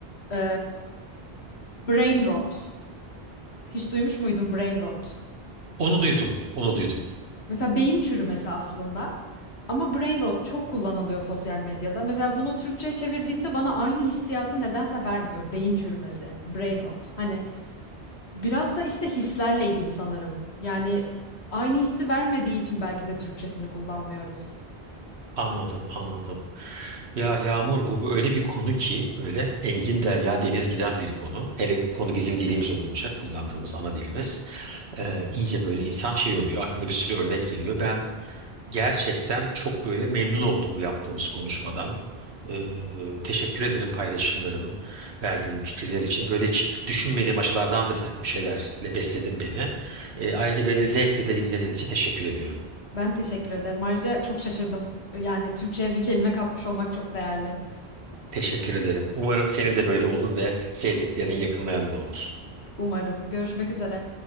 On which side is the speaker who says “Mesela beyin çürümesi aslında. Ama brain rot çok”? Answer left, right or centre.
Left